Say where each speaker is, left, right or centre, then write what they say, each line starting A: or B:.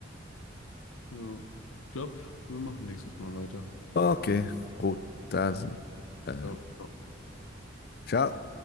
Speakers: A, on the left; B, on the left.
A: Ja. Ich glaube, wir machen nächstes Mal weiter.
B: Okay, gut, dann äh,
A: Ciao. Ciao.
B: ciao.